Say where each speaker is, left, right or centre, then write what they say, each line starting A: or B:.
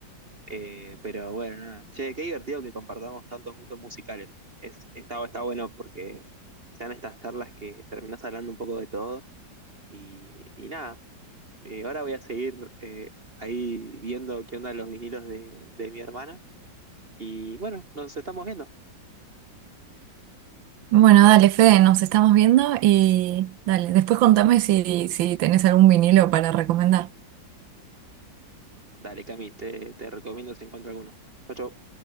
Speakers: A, on the right; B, on the right.
A: Eh, pero bueno, nada. Che, qué divertido que compartamos tantos gustos musicales. Es, está, está bueno porque sean estas charlas que terminás hablando un poco de todo. Y, y nada, eh, ahora voy a seguir eh, ahí viendo qué onda los vinilos de, de mi hermana. Y bueno, nos estamos viendo.
B: Bueno, dale, Fede, nos estamos viendo y dale, después contame si, si tenés algún vinilo para recomendar.
A: Dale, Cami, te, te recomiendo si encuentro alguno. Chau, chau.